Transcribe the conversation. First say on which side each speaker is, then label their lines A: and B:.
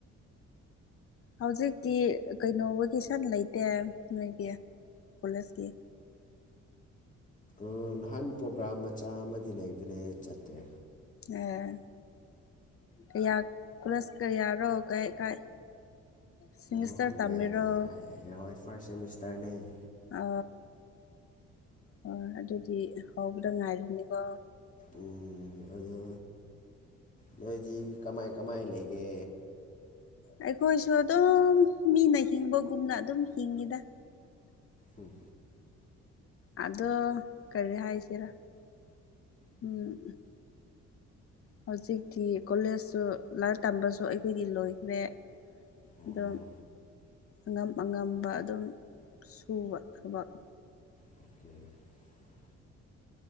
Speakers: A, on the left; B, on the left.
A: ꯍꯧꯖꯤꯛꯇꯤ ꯀꯩꯅꯣ ꯀꯦꯁꯟ ꯂꯩꯇꯦ ꯅꯣꯏꯒꯤ ꯀꯂꯦꯖꯀꯤ
B: ꯎ ꯅꯍꯥꯟ ꯄ꯭ꯔꯣꯒ꯭ꯔꯥꯝ ꯃꯆꯥ ꯑꯃꯗꯤ ꯂꯩꯕꯅꯦ ꯆꯠꯇ꯭ꯔꯦ
A: ꯑꯦ ꯀꯌꯥ ꯀꯂꯁ ꯀꯌꯥꯔꯣ ꯀꯌꯥꯥꯏ ꯁꯤꯁꯔ
B: ꯑꯗꯨ ꯍꯪꯕ
A: ꯇꯝꯔꯣ
B: ꯌꯥꯗꯦ ꯍꯥꯏ ꯍꯣꯏ ꯐꯥꯔꯁ ꯁꯦꯃꯤꯁꯇꯔꯅꯦ
A: ꯑ ꯑꯣ ꯑꯗꯨꯗꯤ ꯍꯧꯕꯗ ꯉꯥꯏꯔꯤꯅꯤꯀꯣ
B: ꯎꯝ ꯑꯗꯨ ꯅꯣꯏꯗꯤ ꯀꯃꯥꯏ ꯀꯃꯥꯏ ꯂꯩꯒꯦ
A: ꯑꯩꯈꯣꯏꯁꯨ ꯑꯗꯨꯝ ꯃꯤꯅ ꯍꯤꯡꯕꯒꯨꯝꯅ ꯑꯗꯨꯝ ꯍꯤꯡꯉꯤꯗ
B: ꯎꯝ
A: ꯑꯗꯣ ꯀꯔꯤ ꯍꯥꯏꯁꯤꯔꯥ ꯎꯝ ꯍꯧꯖꯤꯛꯇꯤ ꯀꯣꯂꯦꯖꯁꯨ ꯂꯥꯏꯔꯤꯛ ꯇꯝꯕꯁꯨ ꯑꯩꯈꯣꯏꯗꯤ ꯂꯣꯏꯈ꯭ꯔꯦ
B: ꯑꯣ
A: ꯑꯗꯣ ꯑꯉꯝ ꯑꯉꯝꯕ ꯑꯗꯨꯝ ꯁꯨꯕ ꯊꯕꯛ
B: ꯑꯣꯀꯦ